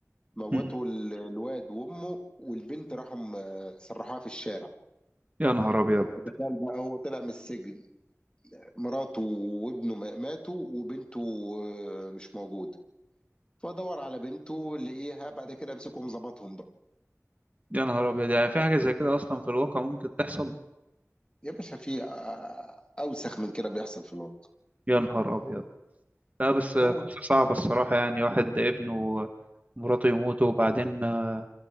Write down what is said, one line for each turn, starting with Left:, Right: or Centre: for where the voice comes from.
Left: موتوا
Right: مم.
Left: ال- الواد وامه والبنت راحوا م- سرحوها في الشارع
Right: يا نهار أبيض
Left: تخيل بقى هو طلع من السجن مراته وابنه ما- ماتوا وبنته آه، مش موجوده فدور على بنته لقيها بعد كده مسكهم ظبطهم بقى
Right: يا نهار أبيض يعني في حاجة زي كده أصلا في الواقع ممكن تحصل
Left: يا باشا في آه، اوسخ من كده بيحصل في الواقع
Right: يا نهار أبيض لا بس آه،
Left: اه
Right: قصة صعبة الصراحة يعني واحد ابنه ومراته يموتوا وبعدين آه،